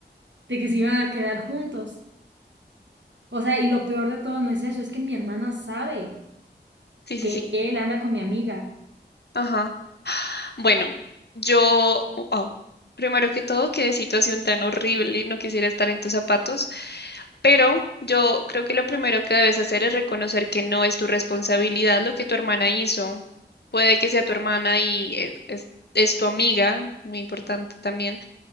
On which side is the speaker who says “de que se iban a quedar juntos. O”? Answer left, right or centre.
Right